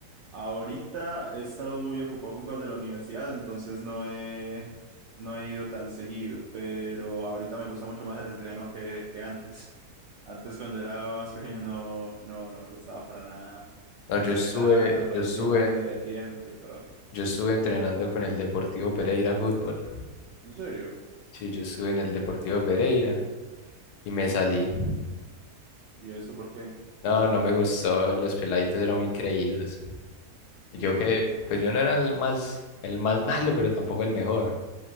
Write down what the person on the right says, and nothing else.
Ahorita he estado muy ocupado con cosas de la universidad, entonces no he no he ido tan seguido, pero ahorita me gusta mucho más el entreno que, que antes. Antes cuando era más pequeño no no no me gustaba para nada
entrenar,
me parecía
una pérdida de tiempo y todo.
¿En serio?
¿Y eso por qué?
Sí,